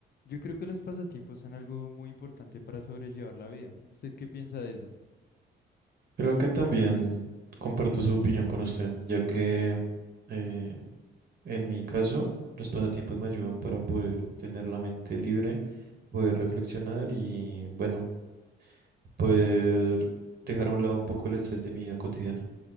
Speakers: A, on the left; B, on the right.
A: Yo creo que los pasatiempos son algo muy importante para sobrellevar la vida. ¿Usted qué piensa de eso?
B: Creo que también comparto su opinión con usted, ya que eh, en mi caso los pasatiempos me ayudan para poder tener la mente libre, poder reflexionar y bueno, poder dejar a un lado un poco el estrés de mi vida cotidiana.